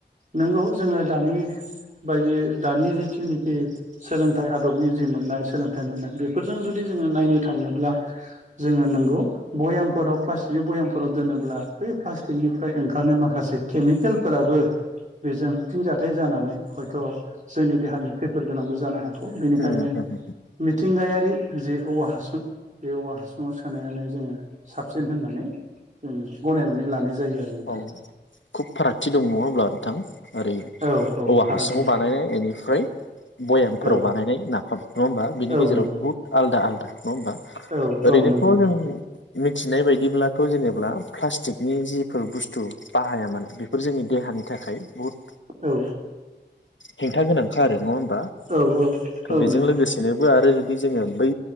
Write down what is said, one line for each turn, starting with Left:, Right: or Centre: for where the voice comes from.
Right: नोंगौ जोङो दानि बायदि दानि जिथुनाखि सोलोंथाइ आदबनि जि मोननाय सोलोंथाइ मोननाय बेफोरजों जुदि जोङो नायनो थाङोब्ला जोङो नोंगौ भयामफोराव प्लास्टिकनि भयामफोराव दोनोब्ला बै प्लास्टिकनिफ्राय ओंखारनाय माखासे केमिकेलफोराबो बेजों फिनजथाय जाना नै हयथ' जोंनि देहानि खैफोद गोनांबो जानो हागौ बेनिखायनो
Left: उम
Right: मिथिंगायारि जे औवा हासुं बे औवा हासुुंआव सोनायानो जोङो साबसिन होननानै जों गनायनानै लानाय जायो। आरो नोंथां
Left: औ खुब फारागथि दं नङा होमब्ला नोंथां ओरै
Right: औ औ
Left: औवा
Right: फाराग
Left: हासुङाव
Right: दङ
Left: बानायनाय इनिफ्राय भयामफोराव
Right: औ
Left: बानायनाय नाफाम नङा होमबा? बिनि
Right: औ
Left: गेराव
Right: नंगौ
Left: बुहुत आलदा आलदा नङा होमबा?
Right: औ
Left: ओरैनोथ'
Right: औ नंगौ नोंथां
Left: जों मि थिनाय बायदिब्लाथ' जेनेबा प्लास्टिकनि जि फोर बुस्थु बाहाया मानो बेफोर जोंनि देहानि थाखाय बुहुद
Right: औ
Left: हेंथा गोनांखा आरो नङा होम बा थ'
Right: औ औ औ
Left: बेजों
Right: नंगौ
Left: लोगोसेनोबो
Right: नोंथां
Left: आरो जुदि जोङो बै